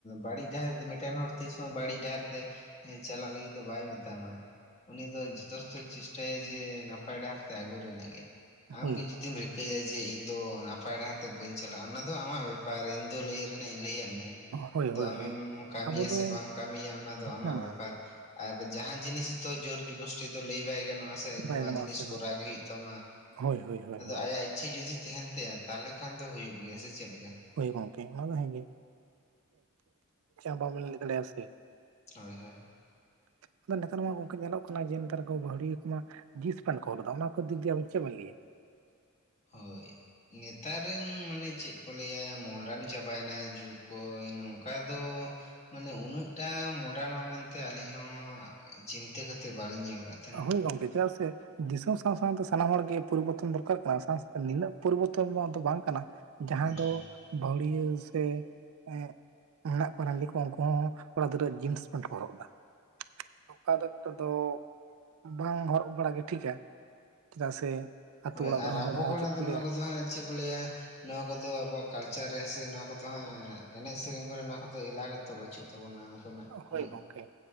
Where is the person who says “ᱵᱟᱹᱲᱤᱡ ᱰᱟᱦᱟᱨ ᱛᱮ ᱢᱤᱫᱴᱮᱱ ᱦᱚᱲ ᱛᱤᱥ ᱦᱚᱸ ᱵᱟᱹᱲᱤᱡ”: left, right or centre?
Left